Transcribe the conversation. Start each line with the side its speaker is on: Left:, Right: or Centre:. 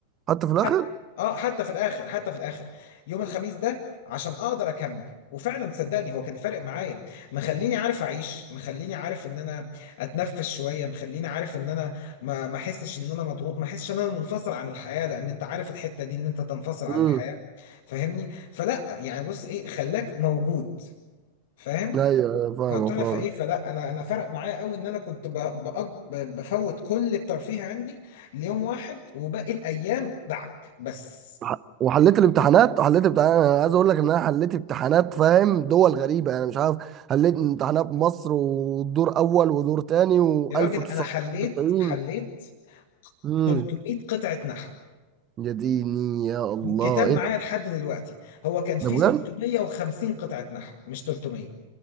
Right: حتى في الاخر
Left: حتى اه حتى في الاخر حتى في الاخر يوم الخميس ده عشان اقدر اكمل وفعلا صدقني هو كان فارق معايا مخليني عارف اعيش مخليني عارف ان انا اتنفس شويه مخليني عارف ان انا ما ما احسش ان انا مضغوط ما احسش ان انا منفصل عن الحياه لان انت عارف الحته دي ان انت تنفصل عن
Right: امم
Left: الحياه فاهمني فلا يعني بص ايه خلاك موجود فاهم
Right: ايوه أيوة، فاهمه
Left: فابتدى
Right: فاهمه
Left: فايه فلا انا انا فرق معايا قوي ان انا كنت ب- بأج- ب- بفوت كل الترفيه عندي ليوم واحد وباقي الايام دعك بس
Right: ح- وحليت الامتحانات حليت امتحانات انا عايز اقول لك ان انا حليت امتحانات فاهم دول غريبه يعني مش عارف حليت امتحانات مصر ودور اول ودور تاني
Left: يا
Right: و1990
Left: راجل انا حليت حليت
Right: امم
Left: 300 قطعة نحو
Right: يا ديني يا الله
Left: والكتاب
Right: ايه
Left: معايا
Right: ده
Left: لحد دلوقتي هو كان فيه
Right: ده بجد
Left: 650 قطعة نحو مش 300